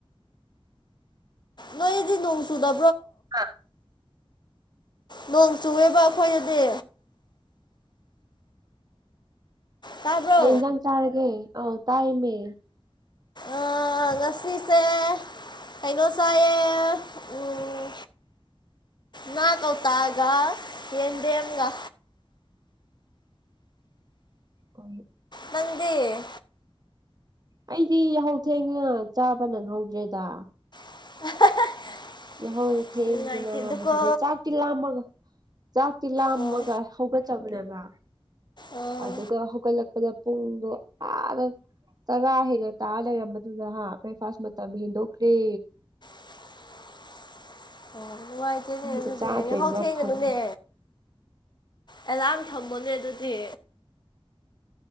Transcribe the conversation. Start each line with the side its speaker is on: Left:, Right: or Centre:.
Left: ꯅꯗꯤ ꯅꯣꯡꯁꯨꯗ
Right: ꯑꯥ
Left: ꯅꯣꯡ ꯆꯨꯑꯦꯕ ꯑꯩꯈꯣꯏꯗꯗꯤ ꯇꯥꯕ꯭ꯔꯣ
Right: ꯀꯖꯥꯡ ꯆꯥꯔꯒꯦ ꯑ ꯇꯥꯏꯃꯦ
Left: ꯎꯝ ꯉꯁꯤꯔꯤꯁꯦ ꯀꯩꯅꯣ ꯆꯌꯦ ꯎꯝ ꯅꯥ ꯀꯧ ꯇꯥꯒ ꯌꯦ ꯗꯦꯒ
Right: ꯑ
Left: ꯃꯗꯤ
Right: ꯑꯩꯗꯤ ꯍꯧ ꯊꯦꯡꯅꯅ ꯆꯥꯕ ꯅꯪꯍꯧꯗ꯭ꯔꯦꯗ
Left: <unintelligible>
Right: ꯌꯥꯍꯧ ꯊꯦꯡꯗꯅ
Left: ꯅꯨꯡꯉꯥꯏꯇꯦꯗꯀꯣ
Right: ꯍꯥꯕꯁꯤꯗꯩ ꯆꯥꯛꯇꯤ ꯂꯥꯝꯃꯒ ꯆꯥꯛꯇꯤ ꯂꯥꯝꯃꯒ
Left: ꯑꯣ
Right: ꯍꯧꯒꯠꯆꯕꯅꯦꯕ
Left: ꯑꯣ
Right: ꯑꯗꯨꯒ ꯍꯧꯒꯠꯂꯛ ꯑꯈ ꯄꯨꯡꯗꯣ ꯑꯔ ꯇꯔ ꯍꯥꯏ ꯑ ꯑꯂ ꯃꯗꯨꯅ ꯍꯥꯦ ꯐꯥꯁ ꯃ ꯃꯇꯝ ꯍ ꯗꯈꯔꯦ
Left: <unintelligible> ꯑꯣ ꯅꯨꯡꯉꯥꯏꯇꯦꯅꯦ
Right: ꯃꯤꯒ
Left: ꯑꯗꯨꯗꯤ
Right: ꯆꯥꯗ꯭ꯔꯦꯗꯅ
Left: ꯌꯥꯍꯥꯎ ꯊꯦꯡꯒꯅꯨꯅꯦ
Right: ꯐꯪꯉꯦ
Left: ꯑꯦꯂꯥꯔꯝ ꯊꯃꯅꯦ ꯑꯗꯨꯗꯤ